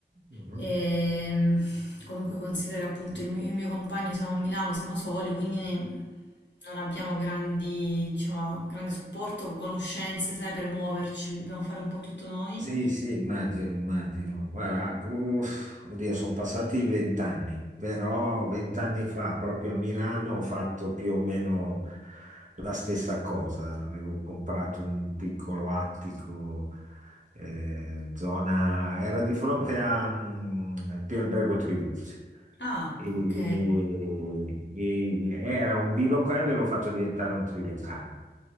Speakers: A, on the right (about 45°); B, on the left (about 85°).
A: Mhm.
B: E, comunque considera che appunto il mio, il mio compagno siamo a Milano, siamo soli, quindi ne- non abbiamo grandi, diciamo, grande supporto, conoscenze, sai, per muoverci, dobbiamo fare un po' tutto noi.
A: Sì, sì, immagino, immagino. Guarda, uff, oddio, sono passati vent'anni, però vent'anni fa, proprio a Milano, ho fatto più o meno la stessa cosa. Avevo comprato un piccolo attico, eh, zona, era di fronte a mm, Pialbergo Triulci
B: Ah,
A: e,
B: ok,
A: e era un bilocale, l'ho fatto diventare un trilocale.